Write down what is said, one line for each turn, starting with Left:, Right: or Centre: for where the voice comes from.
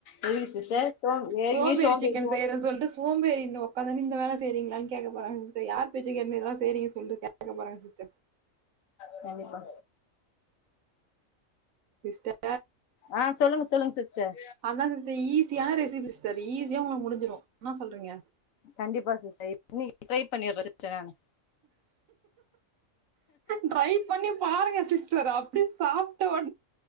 Left: எதுக்கு சிஸ்டர் சோ ஏற்கனவே
Right: சோம்பேறி சிக்கன் செய்றேன்னு
Left: ஓ
Right: சொல்லிட்டு சோம்பேறினு உட்காந்துன்னு இந்த வேல செய்றீங்களான்னு கேட்க போறாங்க சி்ஸ்டர் யார் பேச்ச கேட்டுன்னு இதெல்லாம் செய்றேன்னு கேட்க போறாங்க சிஸ்டர்
Left: கண்டிப்பா
Right: சிஸ்டர்
Left: ஆ சொல்லுங்க சொல்லுங்க சிஸ்டர்
Right: அதான் சிஸ்டர் ஈசியான ரெசிபி சிஸ்டர் ஈஸியா உங்களுக்கு முடிஞ்சுரும் என்ன சொல்றீங்க
Left: கண்டிப்பா சிஸ்டர் இன்னைக்கு ட்ரை பண்ணிடுறேன் சிஸ்டர் நானு
Right: ட்ரை பண்ணி பாருங்க சிஸ்டர் அப்படி சாப்ப